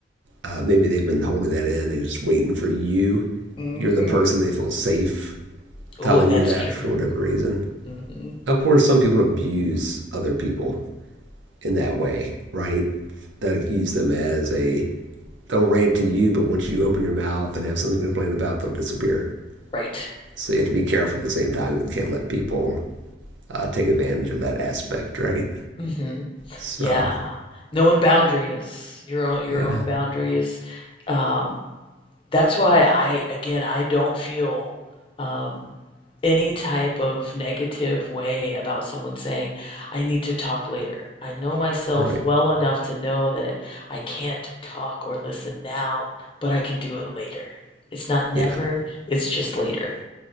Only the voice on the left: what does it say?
hmm
Oh,
that's
true.
hmm
hmm
Right.
Mm-hmm.
Yeah. Knowing boundaries, your own your
own boundaries. Um, that's why I, again, I don't feel um, any type of negative way about someone saying, I need to talk later. I know myself
well enough to know that I can't talk or listen now, but I can do it later. It's not never,
it's just later.